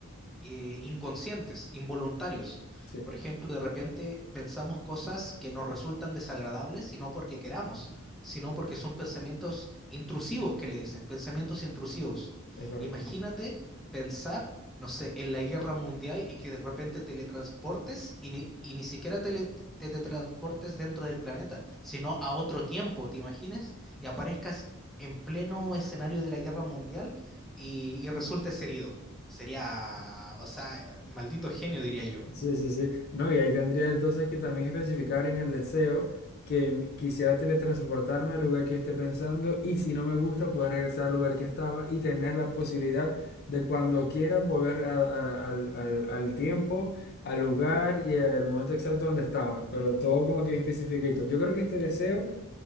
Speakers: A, in the centre; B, on the left.
A: eh, inconscientes, involuntarios.
B: sí,
A: Por ejemplo, de repente pensamos cosas que nos resultan desagradables y no porque queramos, sino porque son pensamientos intrusivos que le dicen, pensamientos intrusivos.
B: es correcto.
A: Imagínate pensar, no sé, en la guerra mundial y que de repente teletransportes y ni, y ni siquiera tele- te teletransportes dentro del planeta, sino a otro tiempo, ¿te imaginas? Y aparezcas en pleno escenario de la guerra mundial y, y resultes herido. Sería, o sea, maldito genio, diría yo.
B: Sí, sí, sí. No, y ahí tendría entonces que también especificar en el deseo que m- quisiera teletransportarme al lugar que esté pensando y si no me gusta, poder regresar al lugar que estaba y tener la posibilidad de cuando quiera volver a- a- al, al- al tiempo, al lugar y al momento exacto donde estaba. Pero todo como que especificadito. Yo creo que este deseo